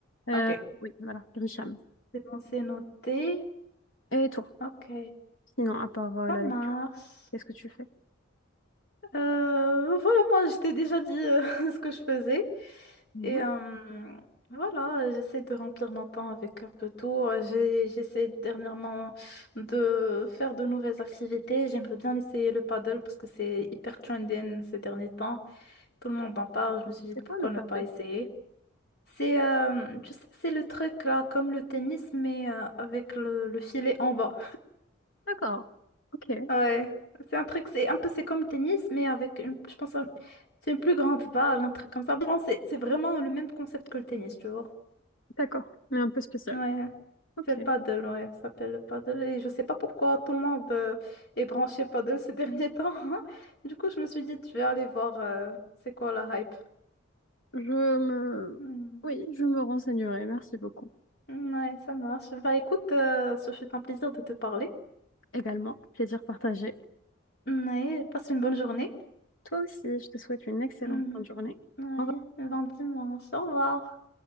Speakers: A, on the left; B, on the left.
A: Euh,
B: Ok.
A: oui, voilà, Grisham.
B: C'est bon, c'est noté.
A: Et toi,
B: Ok,
A: sinon, à part euh,
B: ça
A: la
B: marche.
A: lecture, qu'est-ce que tu fais?
B: Euh, voilà, moi, je t'ai déjà dit euh, <laughs> ce que je faisais.
A: Mhm.
B: Et euh, voilà, euh, j'essaie de remplir mon temps avec un peu tout. Euh, J'ai, j'essaie dernièrement de faire de nouvelles activités. J'aimerais bien essayer le paddle parce que c'est hyper trending ces derniers temps. Tout le monde en parle. Je me suis dit
A: C'est
B: pourquoi
A: quoi le pape?
B: ne pas essayer. C'est euh, tu sais, c'est le truc là, comme le tennis, mais euh, avec le, le filet en bas.
A: D'accord. Ok.
B: Ouais, c'est un truc, c'est un peu, c'est comme le tennis, mais avec, une- je pense, un- c'est une plus grande balle, un truc comme ça. Bon, c'est c'est vraiment le même concept que le tennis, tu vois.
A: D'accord. Mais un peu spécial.
B: Ouais,
A: Ok.
B: c'est le paddle, ouais, ça s'appelle le paddle. Et je sais pas pourquoi tout le monde euh, est branché paddle ces derniers temps. <laughs> Du coup, je me suis dit, tu vais aller voir euh, c'est quoi la hype.
A: Je me...
B: Hmm.
A: Oui, je me renseignerai. Merci beaucoup.
B: Ouais, ça marche. Bah écoute, euh, ce fut un plaisir de te parler.
A: Également, plaisir partagé.
B: Ouais, passe une bonne journée.
A: Toi aussi, je te souhaite une excellente
B: Mhm.
A: fin de journée.
B: Ouais,
A: Au revoir.
B: ben dis au revoir.